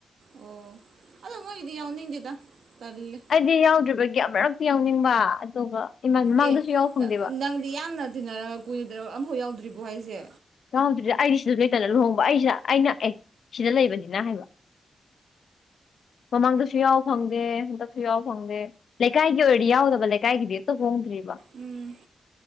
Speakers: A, on the right (about 80°); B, on the left (about 70°).
A: ꯑꯣ ꯑꯗꯣ ꯃꯣꯏꯒꯤꯗꯤ ꯌꯥꯎꯅꯤꯡꯗꯦꯗ ꯇꯜꯂꯦ
B: ꯑꯩꯗꯤ ꯌꯥꯎꯗ꯭ꯔꯤꯕꯒꯤ ꯑꯃꯨꯔꯛꯇꯤ ꯌꯥꯎꯅꯤꯡꯕ ꯑꯗꯨꯒ ꯏꯃꯥꯟ ꯃꯃꯥꯡꯗꯁꯨ
A: ꯑꯦ
B: ꯌꯥꯎ ꯐꯪꯗꯦꯕ
A: ꯅꯪꯗꯤ ꯌꯥꯝꯅ ꯇꯤꯟꯅꯔꯒ ꯀꯨꯏꯗ ꯑꯝꯐꯥꯎ ꯌꯥꯎꯗ꯭ꯔꯤꯕꯣ ꯍꯥꯏꯖꯦ
B: ꯌꯥꯎꯗ꯭ꯔꯤꯗ ꯑꯩꯗꯤ ꯁꯤꯗꯁꯨ ꯂꯩꯇꯅ ꯂꯨꯍꯣꯡꯕ ꯑꯩꯁꯤꯗ ꯑꯩꯅ ꯑꯦ ꯁꯤꯗ ꯂꯩꯕꯅꯤꯅ ꯍꯥꯏꯕ ꯃꯃꯥꯡꯗꯁꯨ ꯌꯥꯎ ꯐꯪꯗꯦ ꯍꯟꯗꯛꯁꯨ ꯌꯥꯎ ꯐꯪꯗꯦ ꯂꯩꯀꯥꯏꯒꯤ ꯑꯣꯏꯔꯗꯤ ꯌꯥꯎꯒꯕ ꯂꯩꯀꯥꯏꯒꯤꯗꯤ ꯑꯝꯇ ꯍꯣꯡꯗ꯭ꯔꯤꯕ
A: ꯎꯝ